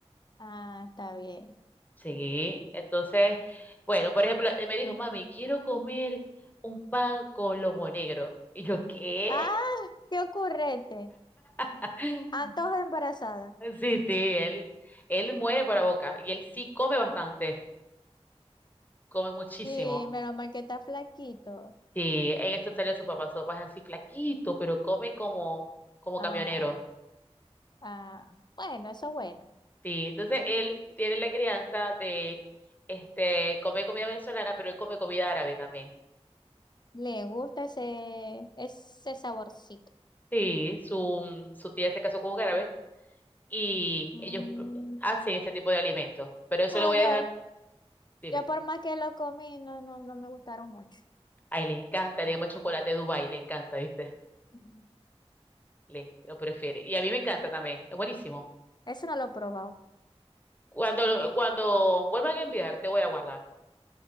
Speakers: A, on the left; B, on the left.
A: Ah, está bien.
B: Sí, entonces, bueno, por ejemplo, él me dijo, mami, quiero comer un pan con lomo negro. Y yo, ¿qué?
A: Ah, qué ocurrente.
B: <laughs>
A: Antojo de embarazada.
B: Sí, sí, él, él muere por la boca y él sí come bastante, come muchísimo.
A: Y menos mal que está flaquito.
B: Sí, en esto salió su papá, su papá es así flaquito, pero come como, como
A: Ah,
B: camionero.
A: ah. Bueno, eso es bueno.
B: Sí, entonces él tiene la crianza de este comer comida venezolana, pero él come comida árabe también.
A: Le gusta ese, ese saborcito.
B: Sí, su, mm, su tía se casó con un árabe y
A: Mm,
B: ellos pr- hacen ese tipo de alimentos. Pero eso
A: no,
B: lo voy
A: yo,
B: a dejar, dime.
A: yo por más que lo comí, no, no, no me gustaron mucho.
B: A él le encanta, digamos, el chocolate de Dubái, le encanta, ¿viste?
A: Mm,
B: Le, lo prefiere. Y a mí me encanta también, es buenísimo.
A: Eso no lo he probado.
B: Cuando, lo- cuando vuelvan a enviar, te voy a guardar.